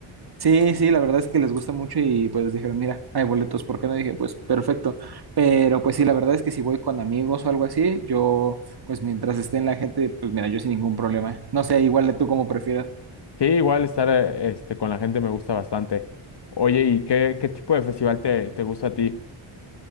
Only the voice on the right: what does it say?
Sí, sí, la verdad es que les gusta mucho y pues dijeron, mira, hay boletos, ¿por qué no? Dije, pues perfecto, pero pues sí, la verdad es que si voy con amigos o algo así, yo pues mientras esté en la gente, pues mira, yo sin ningún problema. No sé, igual tú como prefieras.